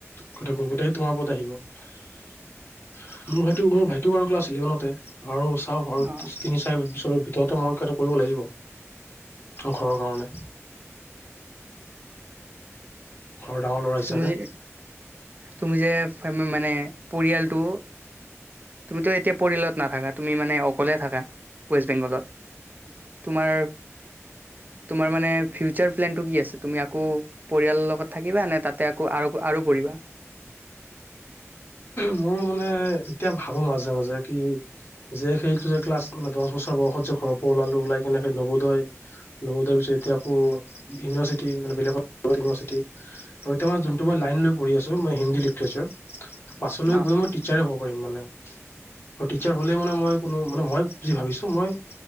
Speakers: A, on the left; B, on the right.
A: গ গোটাহি তোমাৰ ওপৰত আহিব মোৰ ভাই মোৰ ভাইটিও বাৰু ক্লাছ ইলেভেনতে আৰু আৰু
B: অ
A: তিনি চাৰি পছিত। অ <unintelligible> তিহঁতে মই কিয়টো কৰিব লাগিব। ঘৰৰ কাৰণে। ঘৰ ডাঙৰ ল'ৰা হিচাপে।
B: তুমি তুমি যে মানে পৰিয়ালটো তুমিতো এতিয়া পৰিয়ালত নাথাকা তুমি মানে অকলে থাকা। ৱেষ্ট বেংগলত তোমাৰ তোমাৰ মানে ফিউচাৰ প্লেন টো কি আছে তুমি আকৌ পৰিয়ালৰ লগত থাকিবা নে তাত তাতে আকৌ আৰু আৰু পঢ়িবা।
A: মোৰ মানে এতিয়া ভাবো মাজে মাজে কি যে সেইটো যে ক্লাছ মানে দহ বছৰ বয়সত যে ঘৰৰ পৰা ওলালো ওলাই কিনে সেই নৱোদয় নৱোদয়ৰ পিছত এতিয়া আকৌ ইউনিভাৰ্চিটি মানে বেলেগ ইউভাৰ্চিটি আৰু এতিয়া মানে যোনটো মই লাইন লৈ পঢ়ি আছো ম হিন্দী লিটচাৰ। পাছলৈ
B: অ
A: গৈ মই টিচাৰে হ'ব পাৰিম মানে। আৰু টিচাৰ হ'লে মানে মই কোনো মান মই ভাবিছো মই